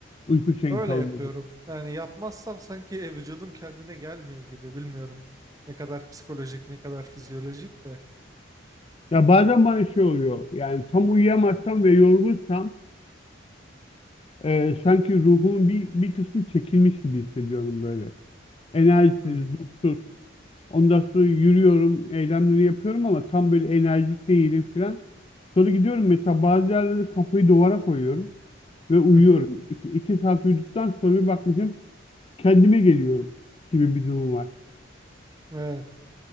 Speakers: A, on the left; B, on the right.
A: Uyku şeyin
B: Öyle
A: tanımladı.
B: yapıyorum. Yani yapmazsam sanki e, vücudum kendine gelmiyor gibi bilmiyorum. Ne kadar psikolojik ne kadar fizyolojik de.
A: Ya bazen bana şey oluyor. Yani tam uyuyamazsam ve yorgunsam e, sanki ruhumun bir, bir kısmı çekilmiş gibi hissediyorum böyle. Enerjisiz,
B: Hmm.
A: ruhsuz. Ondan sonra yürüyorum, eylemleri yapıyorum ama tam böyle enerjik değilim falan. Sonra gidiyorum mesela bazı yerlerde kafayı duvara koyuyorum ve uyuyorum.
B: Hı hı.
A: İki, iki saat uyuduktan sonra bir bakmışım kendime geliyorum gibi bir durum var.
B: Evet.